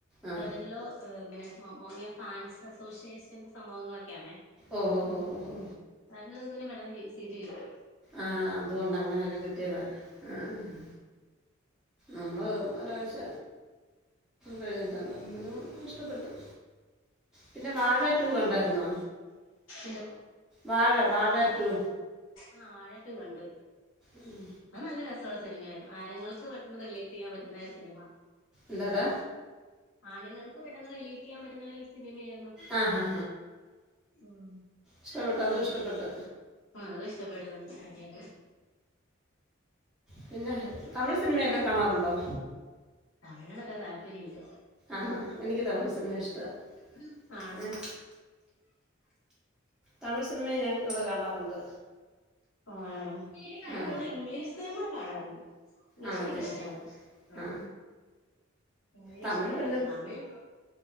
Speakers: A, in the centre; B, on the left (about 80°).
A: ആഹ്
B: ബ്രദറിൻലോ ഹ് ഇങ്ങനെ മ അങ്ങനെ ഫാൻസ് അസോസിയേഷൻ സംഭവങ്ങളൊക്കെയാണേ.
A: ഓ ഹോ ഹോ ഹോ
B: ഞങ്ങക്ക് പിന്നെ മറ്റന്നാ സീറ്റ് കിട്ടും.
A: ആഹ് അതുകൊണ്ട് അങ്ങനെയൊക്കെ കിട്ടിയതാണ്. ആഹ് ആഹ് നമ്മൾ ഒരാഴ്ച കഴിഞ്ഞിട്ട്ണ്ട് ന്നാലും പ്പത്തട്ടും പിന്നെ വാഴ ടൂ കണ്ടാര്ന്നോ
B: എന്തോ
A: വാഴ വാഴാ ടു
B: ആഹ് വാഴ ടു കണ്ടു
A: മ്
B: അത് നല്ല രസോള്ള സിനിമയാരുന്നു ആരങ്ങൾക്ക് പെട്ടെന്ന് റിലേറ്റ് ചെയ്യാൻ പറ്റ്ന്ന ഒരു സിനിമ
A: ന്തടാ
B: ആണ്ങ്ങൾക്ക് പെട്ടെന്ന് റിലേറ്റ് ചെയ്യാൻ പറ്റ്ന്ന സിനിമയായിരുന്നു
A: ആ ഹാ
B: മ്
A: ഇഷ്ടപ്പെട്ട് അതും ഇഷ്ടപ്പെട്ട്
B: ആഹ് അത് ഇഷ്ടപ്പെട്ടു നല്ല സിനിമേണ്
A: പിന്നെ തമിഴ് സിനിമയൊക്കെ കാണാറുണ്ടോ
B: തമിഴ്നത്ര താല്പര്യല്ല
A: ആണോ എനിക്ക് തമിഴ് സിനിമ ഇഷ്ടമാണ്
B: മ് ആണ്
A: ഏ തമിഴ് സിനിമയും ഞങ്ങൾ കാണാറുണ്ട്
B: ആണോ ഞാൻ
A: ആ
B: ഫുള്ള് ഇംഗ്ലീഷ് സിനിമ കാണാറ്ണ്ട് ഇംഗ്ലീഷ്
A: ആണല്ലേ
B: എനിക്കിഷ്ടാണ് മ്
A: ആ
B: ഇംഗ്ലീഷ്നോടാ
A: തമിഴ് പിന്നെ
B: താല്പര്യം തമിഴ്